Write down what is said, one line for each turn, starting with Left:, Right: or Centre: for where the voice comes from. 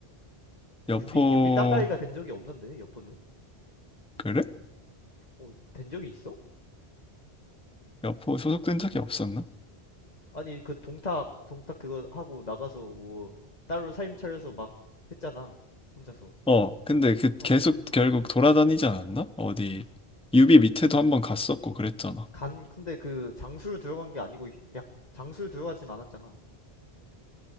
Centre: 여포
Left: 유비 유비 따까이가 된 적이 없는데 여포는?
Centre: 그래?
Left: 어, 된 적이 있어?
Centre: 여포 소속된 적이 없었나?
Left: 아니 그 동탁 동탁 그거 하고 나가서 뭐 따로 사임 차려서 막 했잖아. 혼자서.
Centre: 어, 근데 그
Left: 어.
Centre: 계속 결국 돌아다니지 않았나? 어디 유비 밑에도 한번 갔었고 그랬잖아.
Left: 간 근데 그장를 들어간 게 아니고 약장를 들어가진 않았잖아.